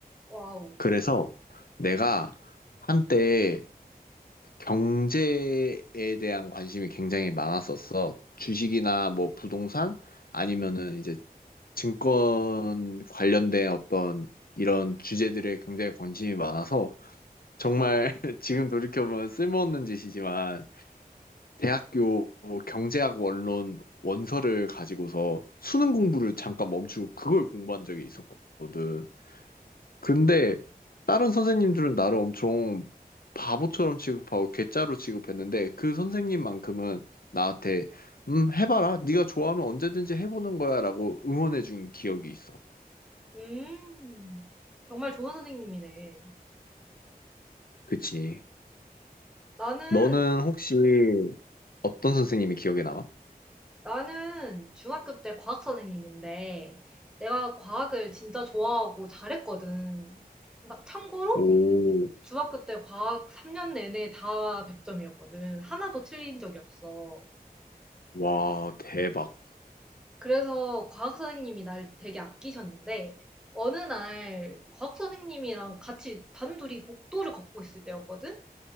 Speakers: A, in the centre; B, on the left.
A: 와우.
B: 그래서 내가 한때 경제에 대한 관심이 굉장히 많았었어. 주식이나 뭐 부동산 아니면은 이제 증권 관련된 어떤 이런 주제들에 굉장히 관심이 많아서 정말 <laughs> 지금 돌이켜보면 쓸모없는 짓이지만 대학교 경제학 원론 원서를 가지고서 수능 공부를 잠깐 멈추고 그걸 공부한 적이 있었거든. 근데 다른 선생님들은 나를 엄청 바보처럼 취급하고 괴짜로 취급했는데 그 선생님만큼은 나한테 음 해봐라 네가 좋아하면 언제든지 해보는 거야라고 응원해준 기억이 있어.
A: 음, 정말 좋은 선생님이네.
B: 그치.
A: 나는,
B: 너는 혹시 어떤 선생님이 기억에 남아?
A: 나는 중학교 때 과학 선생님인데, 내가 과학을 진짜 좋아하고 잘했거든. 막 참고로,
B: 오,
A: 중학교 때 과학 3년 내내 다 100점이었거든. 하나도 틀린 적이 없어.
B: 와, 대박.
A: 그래서 과학 선생님이 날 되게 아끼셨는데, 어느 날 과학 선생님이랑 같이 단둘이 복도를 걷고 있을 때였거든?